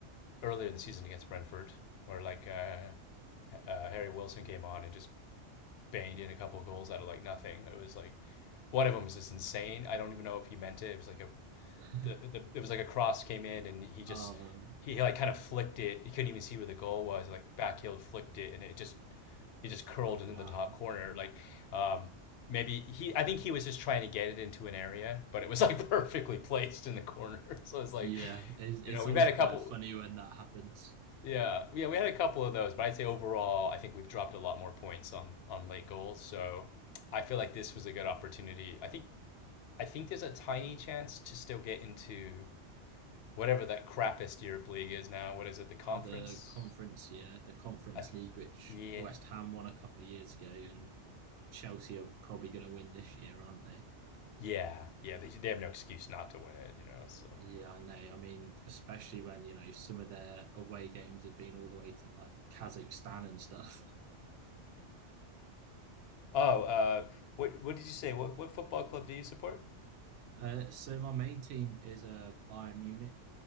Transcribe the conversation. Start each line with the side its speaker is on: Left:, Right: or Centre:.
Left: earlier in the season against Brentford, where like uh, uh, Harry Wilson came on and just banged in a couple of goals out of like nothing. It was like one of them was just insane. I don't even know if he meant it. It was like a
Right: <laughs>
Left: the, the it was like a cross came in and he just
Right: Um,
Left: he like kind of flicked it. He couldn't even see where the goal was. Like backheeled, flicked it, and it just it just curled
Right: oh
Left: into
Right: wow.
Left: the top corner.
Right: <laughs>
Left: Like um, maybe he, I think he was just trying to get it into an area, but it was like <laughs> perfectly placed in the corner. <laughs> So it's like,
Right: Yeah, it's, it's
Left: you know, we've
Right: always
Left: had
Right: quite
Left: a couple.
Right: funny when that happens.
Left: Yeah, yeah, we had a couple of those, but I'd say overall, I think we've dropped a lot more points on on late goals. So I feel like this was a good opportunity. I think I think there's a tiny chance to still get into whatever that crappiest Europe League is now. What is it? The conference?
Right: are the conference, yeah, the conference
Left: I th-
Right: league, which
Left: yeah,
Right: West Ham won a couple of years ago, and Chelsea are probably going to win this year, aren't they?
Left: yeah, yeah. They they have no excuse not to win it, you know. So
Right: Yeah, I know. I mean, especially when you know some of their away games have been all the way to like Kazakhstan and stuff. <laughs>
Left: Oh, uh, what what did you say? What what football club do you support?
Right: Uh, so my main team is uh, Bayern Munich,